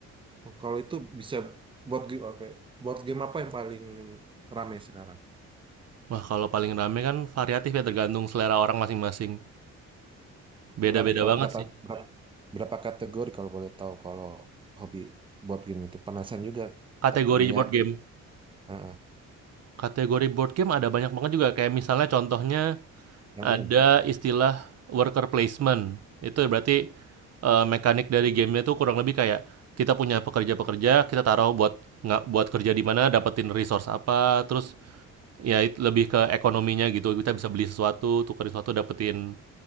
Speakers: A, on the right; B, on the right.
A: Oh, Kalau itu bisa board game apa? ya? Board game apa yang paling rame sekarang?
B: Wah, kalau paling rame kan variatif ya tergantung selera orang masing-masing. Beda-beda
A: Berapa kalau
B: banget
A: berapa
B: sih.
A: berapa berapa kategori kalau boleh tahu kalau hobi board game itu penasaran juga
B: Kategori
A: tak lihat
B: board game.
A: ah, ah,
B: Kategori board game ada banyak banget juga. Kayak misalnya contohnya
A: yang
B: ada
A: umum.
B: istilah worker placement. Itu berarti eh, mekanik dari gamenya tuh kurang lebih kayak kita punya pekerja-pekerja, kita taruh buat nggak buat kerja di mana, dapetin resource apa, terus ya lebih ke ekonominya gitu. Kita
A: Hmm.
B: bisa beli sesuatu, tukerin sesuatu, dapetin